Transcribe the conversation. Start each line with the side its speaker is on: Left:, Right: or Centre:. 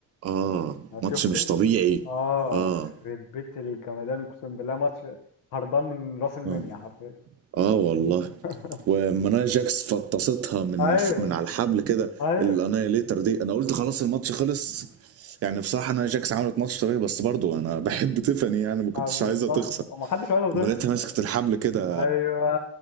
Right: اه
Left: انا شفته
Right: ماتش مش طبيعي
Left: اه
Right: اه
Left: يخرب بيت الجمدان اقسم بالله ماتش هربان من راس المنيا
Right: اه
Left: حرفيا
Right: اه والله
Left: <laughs>
Right: ومنايا جاكس فطستها من
Left: ايوه
Right: من على الحبل كده
Left: ايوه
Right: الانايليتر دي انا قلت خلاص الماتش خلص يعني بصراحه انا جاكس عملت ماتش طبيعي بس برضو انا <laughs> بحب تيفاني يعني ما كنتش
Left: آه، بالظبط
Right: عايزها تخسر
Left: وما حدش عايز
Right: اما
Left: يخسر
Right: لقيتها مسكت الحبل كده
Left: ايوه